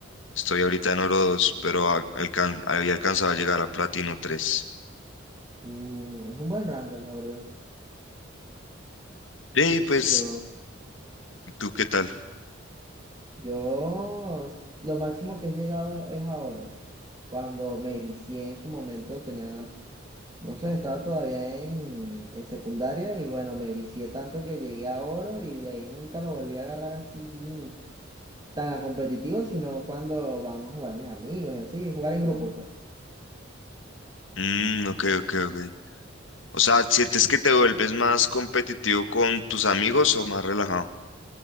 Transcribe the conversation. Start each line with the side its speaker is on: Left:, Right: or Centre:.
Left: Estoy ahorita en oro 2 pero a- alcan- había alcanzado a llegar a platino tres
Right: Uh, es un buen rango, la verdad.
Left: Sí, pues,
Right: Yo,
Left: ¿tú qué tal?
Right: yo, s- lo máximo que he llegado es a oro. Cuando me vicié en su momento, tenía, no sé, estaba todavía en, en secundaria y bueno, me vicié tanto que llegué a oro y de ahí nunca lo volví a agarrar así tan a competitivo, sino cuando vamos a jugar mis amigos y así, jugar en grupo, pues.
Left: Mm, ok, ok, ok. O sea, ¿sientes que te vuelves más competitivo con tus amigos o más relajado?